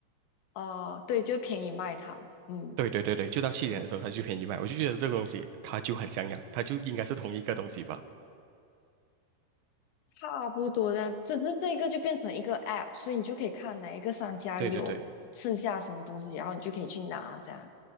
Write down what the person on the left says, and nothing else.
哦、对，就便宜卖它嘛嗯
嗯，
差不多这样，只是这个就变成一个 app，所以你就可以看哪一个商家有剩下什么东西，
然后你就可以去拿，这样